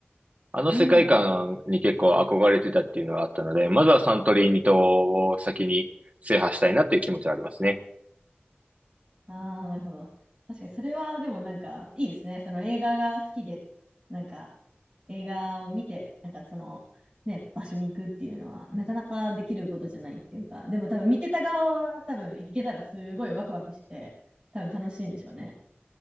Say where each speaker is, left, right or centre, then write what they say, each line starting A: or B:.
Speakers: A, on the right; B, on the right.
A: あの世界観に結構憧れてたっていうのがあったので、
B: おおー。
A: まずはサントリーニ島を先に制覇したいなっていう気持ちはありますね。
B: ああ、なるほど。確かに、それはでもなんか、いいですね。その映画が好きで、なんか、映画を見て、なんかその、ね、場所に行くっていうのは、なかなかできることじゃないっていうか、でも多分見てた側は多分行けたらすごいワクワクして、多分楽しいんでしょうね。